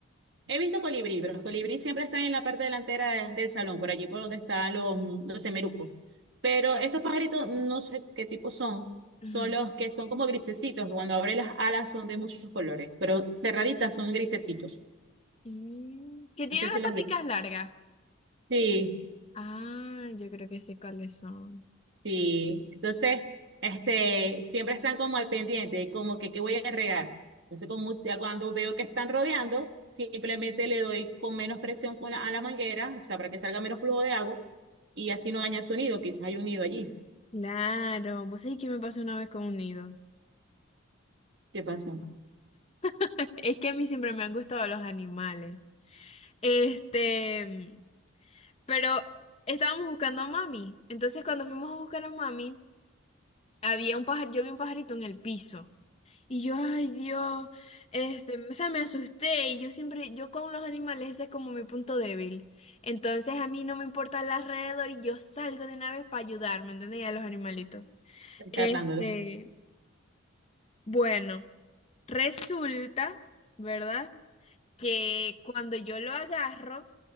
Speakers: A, on the right; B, on the left.
A: He visto colibrí, pero los colibrí siempre están en la parte delantera de- del salón, por allí por donde están los, los semerucos. Pero estos pajaritos, no sé qué tipo son.
B: Ujú.
A: Son los que son como grisecitos, que cuando abren las alas son de muchos colores, pero cerraditas son grisecitos.
B: Mm, Que tienen
A: No sé
B: las
A: si las
B: paticas
A: vi.
B: largas.
A: Sí.
B: Ah, yo creo que sé cuáles son.
A: Sí, entonces, este, siempre están como al pendiente, como que qué voy a regar. Entonces, como ya cuando veo que están rodeando, simplemente le doy con menos presión con la, a la manguera, o sea, para que salga menos flujo de agua y así no daña el nido, quizás hay un nido allí.
B: Claro, vos sabés que me pasó una vez con un nido.
A: ¿Qué pasa?
B: <laughs> Es que a mí siempre me han gustado los animales. Este, pero estábamos buscando a mami. Entonces, cuando fuimos a buscar a mami, había un pajar, yo vi un pajarito en el piso. Y yo, ay Dios, este, o sea, me asusté y yo siempre, yo con los animales ese es como mi punto débil. Entonces a mí no me importa el alrededor y yo salgo de una vez para ayudar, ¿me entendéis? A los animalitos.
A: Rescatándolo.
B: Este, bueno, resulta, ¿verdad? Que cuando yo lo agarro,